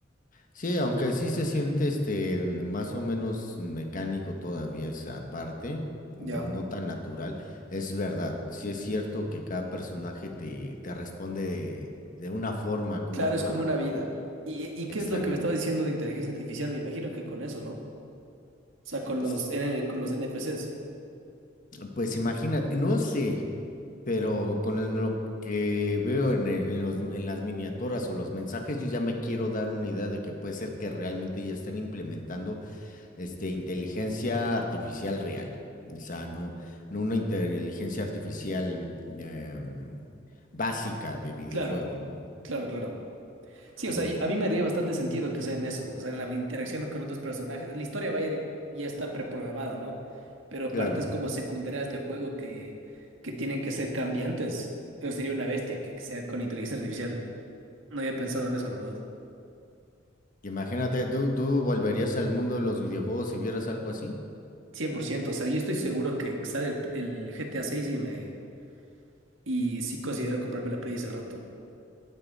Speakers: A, on the left; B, on the right.
A: Sí, aunque sí se siente este más o menos mecánico todavía esa parte, no,
B: Ya.
A: no tan natural. Es verdad, sí es cierto que cada personaje te, te responde de, de una forma, con
B: Claro,
A: una programación.
B: es como una vida. ¿Y, y
A: Exacto.
B: qué es lo que me estaba diciendo de inteligencia artificial? Me imagino que con eso, ¿no? O sea, con los,
A: Sí,
B: N- con los NPCs.
A: Pues imagínate, no sé, pero con el- lo que veo en, el- en los- en las miniaturas o los mensajes, yo ya me quiero dar una idea de que puede ser que realmente ya estén implementando. este, inteligencia artificial real. O sea, no, no una inteligencia artificial em, básica de videojuego,
B: Claro,
A: ¿no?
B: claro, claro. Sí,
A: Im-
B: o sea, y- a mí me haría bastante sentido que sea en eso, o sea, en la interacción con otros personajes. La historia va a ir, ya está preprogramada, ¿no? Pero
A: claro.
B: partes como secundarias del juego que, que tienen que ser cambiantes. Yo sería una bestia que sea con inteligencia artificial. No había pensado en eso, la verdad.
A: Imagínate, ¿tú, tú volverías al mundo de los videojuegos si vieras algo así?
B: cien por ciento. o sea, yo estoy seguro que sale el, el GTA 6 y me y sí considero comprarme la Play ese rato.